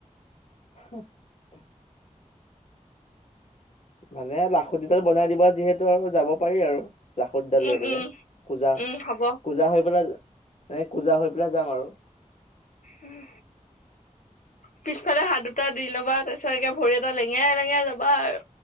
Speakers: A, on the left (about 60°); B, on the left (about 85°).
A: হ মানে লাখুটডাল বনাই দিবা যিহেতু আৰু যাব পাৰি আৰু লাখতডাল
B: উম
A: হৈ মানে
B: উম
A: পূজা
B: উম হ'ব
A: পূজা হৈ পেলাই এনে পূজা হৈ পেলাই যাম আৰু
B: উম পিছফালে হাত দুটা দি লবা তাৰপিছতকে ভৰি এটা লেঙেৰা লেঙে লবা আৰু